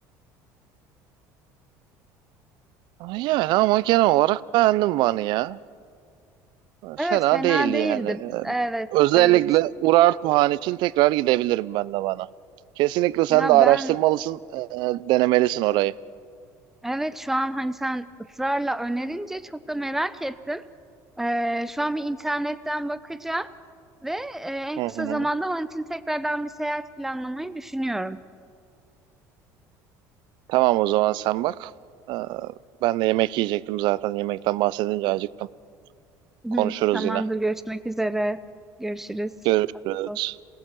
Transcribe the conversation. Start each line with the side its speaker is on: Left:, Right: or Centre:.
Right: Yani ama genel olarak beğendim Van'ı ya.
Centre: Evet
Right: Fena
Centre: fena
Right: değildi
Centre: değildi.
Right: yani. E,
Centre: Evet,
Right: Özellikle
Centre: evet.
Right: Urartuhan için tekrar gidebilirim ben de Van'a. Kesinlikle sen
Centre: Ya
Right: de araştırmalısın,
Centre: ben
Right: e, denemelisin orayı.
Centre: evet şu an hani sen ısrarla önerince çok da merak ettim. Ee, şu an bir internetten bakacağım ve e, en
Right: Hı
Centre: kısa
Right: hı.
Centre: zamanda onun için tekrardan bir seyahat planlamayı düşünüyorum.
Right: Tamam o zaman sen bak. E, ben de yemek yiyecektim zaten. Yemekten bahsedince acıktım.
Centre: Hı
Right: Konuşuruz
Centre: hı. Tamamdır
Right: yine.
Centre: görüşmek üzere. Görüşürüz.
Right: Görüşürüz.
Centre: Afiyet olsun.